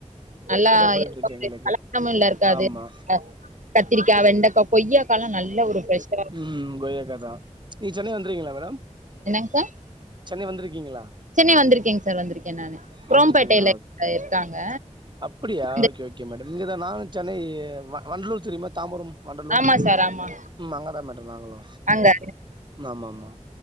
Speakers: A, on the right; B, on the right.
A: நல்லா
B: போயிட்டு
A: எந்த
B: இருக்கு
A: ஒரு
B: எங்களுக்கு
A: கலப்டமு இதுல இருக்காது
B: ஆமா
A: அ கத்திரிக்கா வெண்டக்கா கொய்யாக்காலா நல்ல ஒரு ஃப்ரெஷ்
B: ம் கொய்யக்கா தா நீ சென்னை வந்ருக்கிங்ளா மேடம்
A: என்னங்க சார்
B: சென்னை வந்துருக்கிங்ளா
A: சென்னை வந்துருக்கேங் சார் வந்துருக்கே நானு க்ரோம்பேட்டைய்ல
B: வந்திருக்கீங்களா
A: இருக்காங்க
B: அப்புடியா
A: இந்த
B: ஓக்கே ஓக்கே மேடம் இங்கேதா நானு சென்னை வ வண்டலூர் தெரியுமா தாம்பரம் வண்டலூர்
A: ஆமா சார் ஆமா
B: ம் அங்கதா மேடம் நாங்களு
A: அங்க
B: ஆமா ஆமா